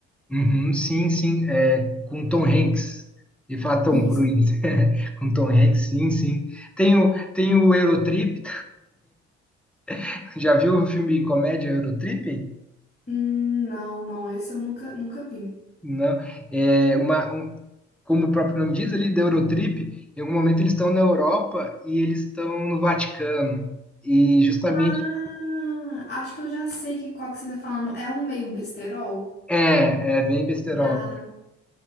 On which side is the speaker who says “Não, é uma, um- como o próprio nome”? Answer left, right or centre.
Centre